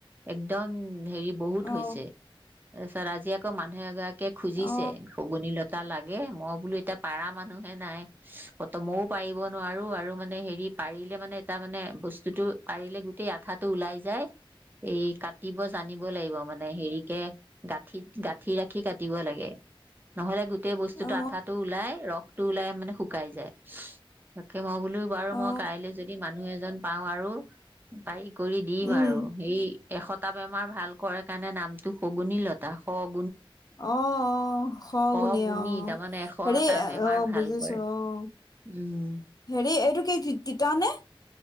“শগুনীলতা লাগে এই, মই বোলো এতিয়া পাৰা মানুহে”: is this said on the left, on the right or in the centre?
Right